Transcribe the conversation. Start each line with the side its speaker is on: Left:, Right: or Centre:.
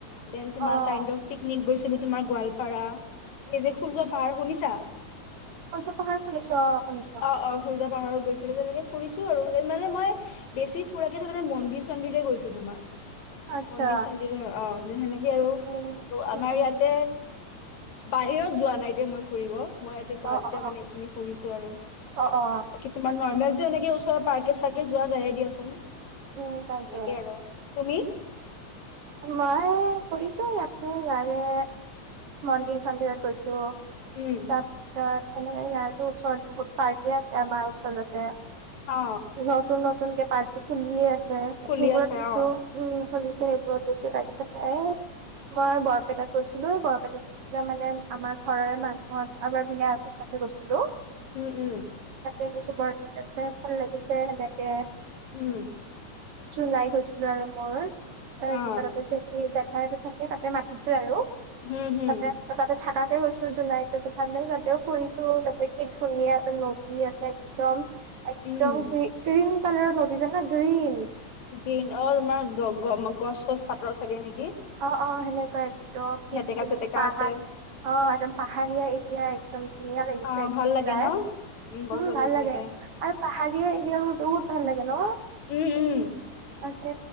Left: দেন তোমাৰ
Right: অ'।
Left: কাইণ্ড অফ পিকনিক গৈছ ছিলোঁ, তোমাৰ গোৱালপাৰা। এই যে সূৰ্য্য পাৰ শুনিছা?
Right: সূৰ্য পাহাৰ শুনিছো অ', শুনিছো।
Left: অ অ সূৰ্য্য পাহাৰৰ গৈছিলোঁ তেনেকে ফুৰিছোঁ আৰু মানে মই বেছি ফুৰাকে তাৰ মানে মন্দিৰ চন্দিৰে গৈছোঁ তোমাৰ।
Right: আচ্ছা
Left: মন্দিৰ চন্দিৰ অ সেনেকে আৰু
Right: উম
Left: আৰু আমাৰ
Right: উম
Left: ইয়াতে বাহিৰত যোৱা নাই দিয় মই ফুৰিব। মই ইয়াতে গোাহালিতে
Right: অ অ
Left: মানে এইখিনি কৰিছো আৰু
Right: অ অ
Left: বাকী তোমাৰ নৰ্মেলটো এনেকে ওচৰত পাৰ্কে চাৰ্কে যোৱা যায়ে দিয়াচোন।
Right: উম তাইছে
Left: এনেকে আৰু তুমি
Right: আৰু মই কৰিছো ইয়াৰে মন্দিৰ চন্দিৰত গৈছো
Left: উম
Right: তাৰপিছত সনেকে ইয়াৰতো ওচৰত বহুত পাৰ্কি আছে আমাৰ ওচৰতে
Left: অ
Right: নতুনতু নতুনকে পাৰ্ক টো খুলিয়ে আছে
Left: খুলি
Right: সেইবোৰত
Left: আছে
Right: গৈছো
Left: অ
Right: উম খুলিছে সেইবোৰত গৈছো। তাৰ পিছত এ মই বৰপেটাত গৈছিলো বৰপেটাত গৈছিলে মানে আমাৰ ঘৰৰে মানুহ অ কাৰবাৰ বিয়া আছিল তাতে গৈছিলো!
Left: উম উম।
Right: সছো বৰপেটাত চাই ভাল লাগিছে সেনেকে
Left: উম।
Right: জলাই গৈছিলো আৰু মোৰ
Left: অ
Right: সিকতে জেঠী জেঠাই থাকে তাতে মাতিছে আৰু
Left: হম হম।
Right: তাতে তাতে থাকাকে গৈছো জোনাইত গছো ভাল নাই যাতেও ফুৰিছো তা কি ধুনীয়া এটা নদী আছে একদম একদম
Left: উম
Right: ক ক্ৰীম কালাৰৰ নদী যোন ন গ্ৰীণ
Left: গ্ৰীণ অ তোমাৰ গছ চছ পাতৰ চাগে নেকি!
Right: অ অ সেনেকুৱা একদ কি
Left: মেটেকা
Right: ধুনীয়া
Left: চেটেকা
Right: পাহাৰ
Left: আছে
Right: অ একদম পাহাৰীয়া এৰিয়া ধুনীয়া লাগিছে
Left: অ ভাল লাগে
Right: যায়।
Left: ন বতৰ
Right: উম
Left: চতৰ
Right: ভালাগে
Left: দি থাকে
Right: আৰুপ হৰিয়া এৰিয় ৰটো ভাল লাগে ন?
Left: উম উম।
Right: তাতে